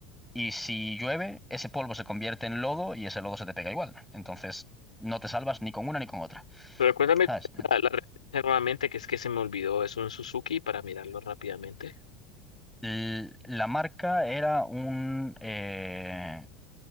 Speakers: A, in the centre; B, on the left.
A: Y si llueve, ese polvo se convierte en lodo y ese lodo se te pega igual. Entonces, no te salvas ni con una ni con otra.
B: Pero cuéntame
A: ¿Sabes?
B: cuál es la, la marca nuevamente, que es que se me olvidó. Es un Suzuki para mirarlo rápidamente.
A: L- La marca era un... eh,